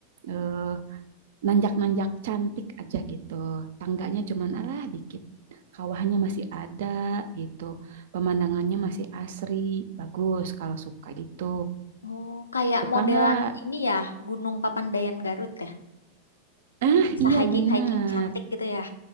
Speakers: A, on the right; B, on the left.
A: eh, nanjak-nanjak cantik aja gitu. Tangganya cuman alah dikit. Kawahnya masih ada gitu. Pemandangannya masih asri, bagus kalau suka itu.
B: Oh, kayak
A: Suka
B: modelan
A: nggak?
B: ini ya, Gunung Papandayan Garut ya.
A: Ah,
B: Yang Bisa
A: iya
B: hiking-hiking
A: benar.
B: cantik gitu ya.